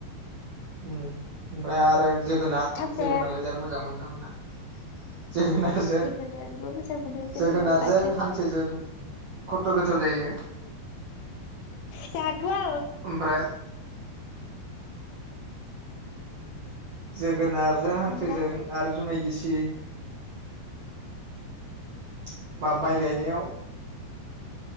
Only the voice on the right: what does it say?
ओमफ्राय आरो जोगोनार
जोगोनारलाय
जानो मोजां मोनो ना मोना? <inaudible> जोगोनारजों
जोगोनारजों
हांसोजों खथ' गोथाव जायो।
ओमफ्राय <inaudible> जोगोनारजों
हांसोजों आरो जुमाय गिसि <inaudible> बा माइ गायनायाव